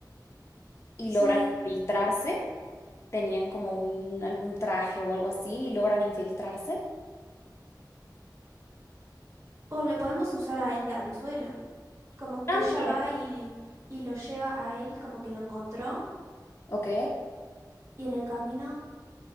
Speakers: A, on the left (about 35°); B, on the right (about 40°).
A: y
B: sí,
A: logran infiltrarse. Tenían como un, algún traje o algo así y logran infiltrarse.
B: o le podemos usar a él de anzuelo, como
A: También.
B: que ella va y, y lo lleva a él como que lo encontró
A: Ok.
B: y en el camino...